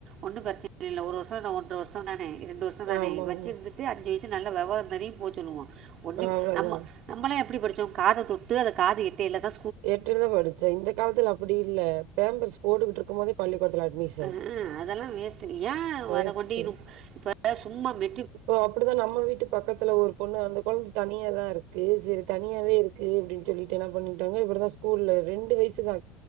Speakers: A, on the right; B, on the right.
A: ஒன்னு பிரச்சன இல்ல ஒரு வருஷோ என்ன ஒன்ற வருஷோ தானே ரெண்டு வருஷோ தானே
B: ஆமாமா.
A: வச்சிருந்து த்து அஞ்சு வயசு நல்ல வேவரோ தெரியம்போ சொல்லுவோ ஒன்னு
B: அவ்ளோதான்.
A: நம்ம நம்மலே எப்டி படிச்சோ காத தொ ட்டு அது காது எட்டையில தா
B: எட்டைல தா படிச்சே இந்த காலத்துல அப்டி இல்ல பேம்பர்ஸ் போட்டுக்கிட்டு இருக்கும் போதே பள்ளிக்கூடத்துல அட்மிஷ
A: அ அ அதெல்லா வேஸ்ட்டு ஏ
B: வேஸ்ட்டு
A: அத கொண்டி நும் இப்ப சும்மா மெ
B: இப்போ அப்டிதா நம்ம வீட்டு பக்கத்துல ஒரு பொண்ணு அந்த கொழந்த தனியா தா இருக்கு செரி தனியாவே இருக் கு அப்டின் சொல்லிட்டு என்ன பண்ணிட்டாங்க இப்டிதா ஸ்கூல்ல ரெண்டு வயசுதா